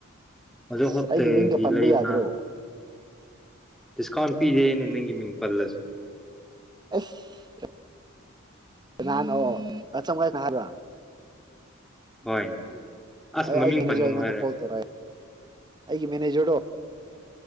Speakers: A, in the centre; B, on the right.
A: ꯃꯖꯣ
B: ꯑꯁ
A: ꯍꯣꯞꯇꯒꯤ
B: ꯑꯩꯒꯤ ꯃꯤꯡꯒ ꯄꯟꯕ
A: ꯂꯩꯕ꯭ꯔꯥ
B: ꯌꯥꯗ꯭ꯔꯣ
A: ꯗꯤꯁꯀꯥꯎꯟ ꯄꯤꯔꯦ ꯑꯅꯦ ꯅꯪꯒꯤ ꯃꯤꯡ ꯄꯜꯂꯁꯨ
B: ꯑꯦꯁ ꯀꯥꯅꯅꯣ ꯆꯥꯡ ꯑꯠ ꯅꯥꯍꯔꯣ
A: ꯍꯣꯏ ꯑꯁ
B: ꯑꯩ
A: ꯃꯃꯤꯡ
B: ꯑꯩꯒꯤ ꯏꯅꯦꯁꯦ
A: ꯄꯟꯒꯅꯨ
B: ꯑꯩꯉꯣꯟꯗ
A: ꯍꯥꯏꯔꯦ
B: ꯀꯣꯜ ꯇꯧꯔꯛ ꯑꯦ ꯑꯩꯒꯤ ꯃꯦꯅꯦꯖꯔꯗꯣ